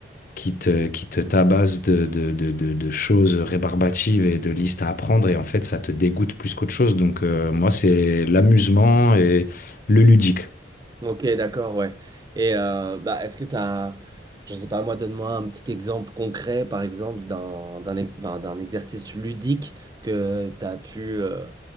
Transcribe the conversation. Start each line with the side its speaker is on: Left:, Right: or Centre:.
Left: qui te, qui te tabassent de, de, de, de, de choses rébarbatives et de listes à apprendre. Et en fait, ça te dégoûte plus qu'autre chose. Donc, euh, moi, c'est l'amusement et le ludique.
Right: Ok, d'accord, ouais. Et euh, bah, est-ce que tu as, je sais pas, moi, donne-moi un petit exemple concret, par exemple, d'un d'un ex- enfin, d'un exercice ludique que tu as pu euh,